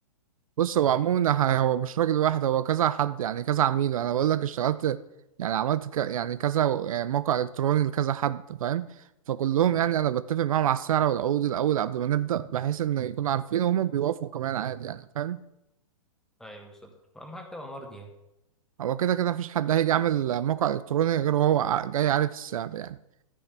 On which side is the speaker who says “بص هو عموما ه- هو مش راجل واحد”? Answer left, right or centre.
Right